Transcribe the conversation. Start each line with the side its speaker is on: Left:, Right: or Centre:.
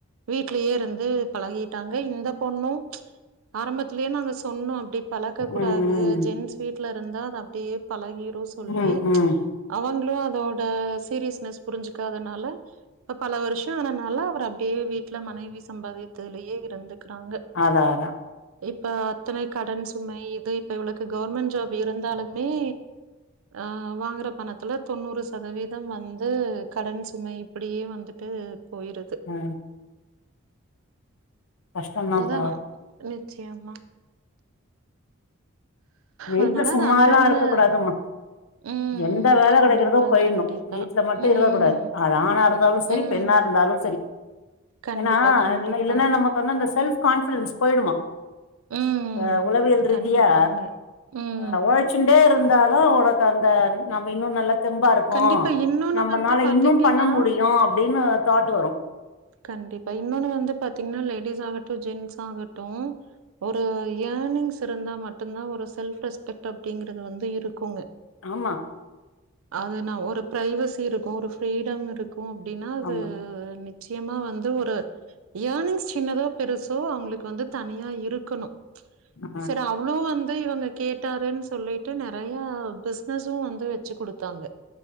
Right: வீட்லயே இருந்து பழகிட்டாங்க இந்த பொண்ணு ஆரம்பத்துலே நாங்க சொன்னோ அப்டி பழக்க
Left: ம்
Right: கூடாது
Left: ம்
Right: ஜென்ஸ் வீட்லருந்தா அது அப்டியே பழகிரு சொல்லி
Left: ம் ம்
Right: அவுங்களு அதோட சீரியஸ்னஸ் புரிஞ்சிக்காதனால இப்ப பல வர்ஷோ ஆனனால அவர் அப்டியே வீட்ல மனைவி சம்பாதித்துலயே இருந்துக்குறாங்க
Left: அதா அதா
Right: இப்ப அத்தனை கடன் சுமை இது இப்ப இவளுக்கு கவர்மெண்ட் ஜாப் இருந்தாலுமே ஆ வாங்குற பணத்துல தொண்ணூறு சதவீதோ வந்து கடன் சுமை இப்டியே வந்துட்டு போயிருது
Left: ஆ கஷ்டந்தாப்பா
Right: அத தா நிச்சயமா
Left: வீட்ல
Right: அதனால
Left: சும்மாலா
Right: அது அந்தந்த
Left: இருக்க கூடாதுமா
Right: ம்
Left: எந்த வேல
Right: கண்டிப்பா
Left: கெடைக்கறதோ போயின்னு
Right: கண்டிப்பா
Left: வீட்ல மட்டு
Right: ம்
Left: இருக்க கூடாது அது ஆணாருந்தாலு சரி
Right: ம்
Left: பெண்ணா இருந்தாலு சரி
Right: கண்டிப்பா
Left: ஏனா
Right: கண்டிப்பா
Left: இ இல்லன்னா நமக்கு வந்து அந்த செல்ஃப் கான்ஃபிடன்ஸ் போயிடுமா
Right: ம்
Left: இப்ப உளவியல் ரீதியா
Right: கண்டிப்பாங்க ம்
Left: அ உழைச்சுன்டே இருந்தாதா உனக்கு அந்த நம்ம இன்னு நல்லா தெம்பாருக்கு
Right: கண்டிப்பா இன்னொன்னு
Left: நம்மனால
Right: வந்து பாத்தீங்கன்னா
Left: இன்னு பண்ண முடியு அப்டின்னு தாட்டு வரு
Right: கண்டிப்பா இன்னொன்னு வந்து பாத்தீங்னா லேடிஸ் ஆகட்டு ஜென்ஸ் ஆகட்டு ஒரு ஏர்னிங்ஸ் இருந்தா மட்டுந்தா ஒரு செல்ஃப் ரெஸ்பெக்ட் அப்டிங்கறது வந்து இருக்குங்க
Left: ஆமா
Right: அது நா ஒரு பிரைவசி இருக்கு ஒரு ஃப்ரீடம் இருக்கு அப்டின்னா அது
Left: ஆமா
Right: நிச்சியமா வந்து ஒரு ஏனிங்ஸ் சின்னதோ பெருசோ அவங்களுக்கு வந்து தனியா இருக்குணு
Left: ஆ
Right: சர அ அவ்ளோ வந்து இவங்க கேட்டாருன்னு சொல்லிட்டு நறைய பிஸ்னஸு வந்து வச்சு குடுத்தாங்க